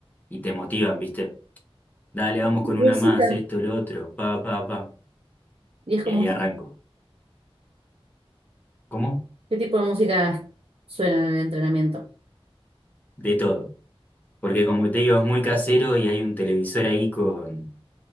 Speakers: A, on the left; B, on the right.
A: y te motivan, ¿viste? Dale, vamos con
B: Música.
A: una más, esto, lo otro, pa, pa, pa.
B: ¿Y es
A: Y
B: como,
A: ahí arranco. ¿Cómo?
B: qué tipo de música suena en el entrenamiento?
A: De todo. Porque como te digo, es muy casero y hay un televisor ahí con